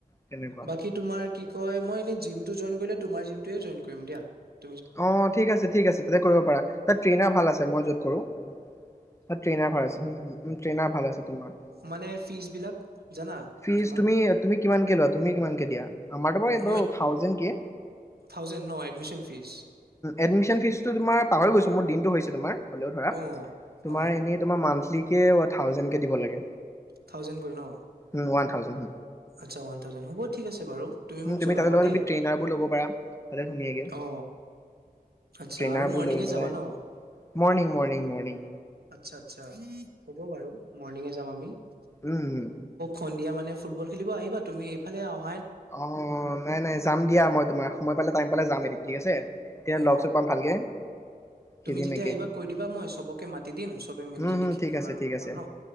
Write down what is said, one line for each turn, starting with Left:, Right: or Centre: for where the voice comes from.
Left: তেনেকুৱা।
Right: বাকী তোমাৰ কি কয় মই এনে জিম জইন কৰিলে তোমাৰ জিমটোৱে জইন কৰিম দিয়া ।
Left: অ ঠিক আছে ঠিক আছে তাতে কৰিব পাৰা তাত ট্ৰেইনাৰ ভাল আছে । মই য'ত কৰোঁ । তাত ট্ৰেইনাৰ ভাল আছে উম উম উম ত্ৰেইনাৰ ভাল আছে তোমাৰ।
Right: মানে ফিজ বিলাক জানা
Left: ফিচ
Right: কিমান
Left: তুমি কিমানকে লোৱা? তুমি কিমানকে দিয়া? আমাৰ বাৰু
Right: মই
Left: থাউজেণ্ড কে।
Right: থাউজেণ্ড ন এডমিশ্চন ফিচ?
Left: এডমিশ্চন ফিচটো তোমাৰ পাহৰি গৈছো, মোৰ দিনটো হৈছে, তোমাৰ হ'লেও ধৰা এয়া
Right: অ
Left: তোমাৰ
Right: অ
Left: এনেই তোমাৰ মাহ মান্থলিকে থাউজেনকে দিব লাগে।
Right: থাউজেণ্ড কৈ ন?
Left: উম ওৱান থাউজেণ্ড।
Right: আচ্ছাওৱান থাউজেণ্ড হ'ব ঠিক আছে বাৰু!
Left: উ
Right: মোক
Left: তুমি
Right: জনাবা
Left: তাতে লগত
Right: দেই
Left: তুমি ট্ৰেইনাৰবোৰ ল'ব পাৰা তাতে ধুনীয়াকে!
Right: অ আচ্ছা
Left: ট্ৰেনাবোৰ
Right: আৰু মৰ্ণিঙে
Left: লৈ পেলাই,
Right: যাবা ন
Left: মৰ্ণিং মৰ্ণিং মৰ্ণিং
Right: আচ্ছা আচ্ছা! হ'ব বাৰু মৰ্ণিঙে যাম আমি ।
Left: উম উম!
Right: সন্ধিয়া মানে ফুটবল খেলিব আহিবা তুমি এইফালে আহ
Left: অ নাই নাই যাম দিয়া মই তোমাৰ, সময় পালে টাইম পালে যাম এদিন । ঠিক আছে । তেওঁ
Right: অ
Left: লগ চগ পাম ভালকে
Right: তুমি
Left: খেলিম
Right: যেতিয়া
Left: একেউম
Right: আহিবা কৈ দিবা মই চবকে মাতি দিম চবে মিলি
Left: উম!
Right: জুলি খেলিম
Left: ঠিক আছে,
Right: আৰু
Left: ঠিক
Right: ফুটবল
Left: আছে,
Right: ন